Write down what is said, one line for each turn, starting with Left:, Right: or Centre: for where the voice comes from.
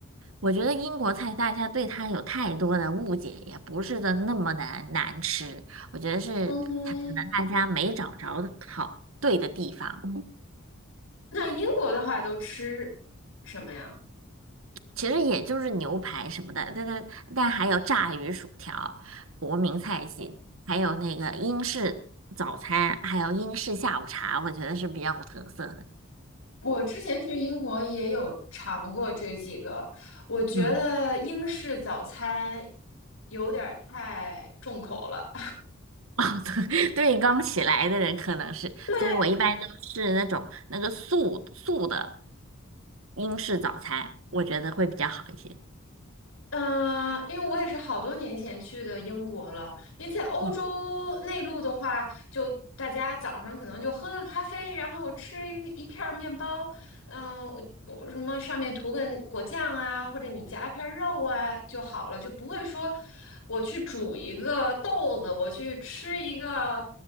Right: 我觉得英国菜大家对它有太多的误解，也不是的那么难难吃，我觉得是它可能大家没找着好对的地方。
Left: 嗯，那英国的话都吃什么呀？
Right: 其实也就是牛排什么的，但但但还有炸鱼薯条，国民菜系，还有那个英式早餐，还有英式下午茶，我觉得是比较有特色的。
Left: 我之前去英国也有尝过这几个，我觉得英式早餐
Right: 嗯，
Left: 有点儿太重口了。
Right: 哦，对，<laughs> 对，刚起来的人可能是，
Left: <laughs> 对，
Right: 所以我一般都是那种那个素素的英式早餐，我觉得会比较好一些。
Left: 嗯，因为我也是好多年前去的英国了。因为在欧洲内陆的话，
Right: 嗯，
Left: 就大家早上可能就喝个咖啡，然后吃一个一片儿面包，嗯、我我什么上面涂个果酱啊，或者你夹一片儿肉啊就好了，就不会说我去煮一个豆子，我去吃一个